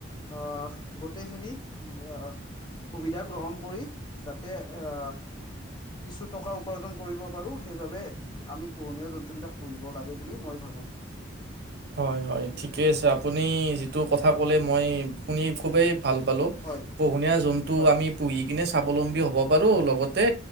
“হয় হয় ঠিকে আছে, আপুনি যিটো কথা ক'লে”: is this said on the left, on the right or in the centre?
Right